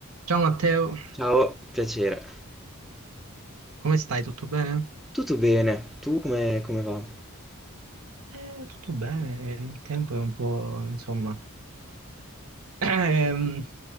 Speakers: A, on the right (about 70°); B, in the centre.
A: Ciao Matteo,
B: Ciao, piacere.
A: come stai? Tutto bene?
B: Tutto bene? Tu come, come va?
A: Eh, tutto bene, il tempo è un po', insomma, <clears throat> ehm,